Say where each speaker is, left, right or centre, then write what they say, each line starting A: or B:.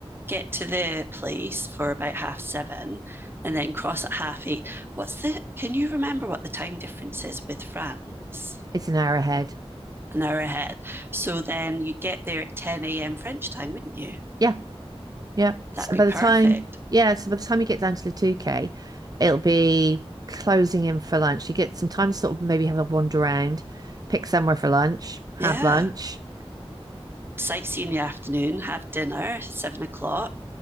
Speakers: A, on the right (about 20°); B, on the right (about 40°).
A: get to the place for about half seven, and then cross at half eight. What's the? Can you remember what the time difference is with France?
B: it's an hour ahead.
A: an hour ahead. So then you get there at 10 a.m. French time, wouldn't you?
B: Yeah, Yeah.
A: That'd
B: So
A: be
B: by
A: perfect.
B: the time, yeah, so by the time you get down to the 2K, it'll be closing in for lunch. You get some time to sort of maybe have a wander around, pick somewhere for lunch, have
A: Yeah.
B: lunch.
A: Sightsee in the afternoon, have dinner, seven o'clock,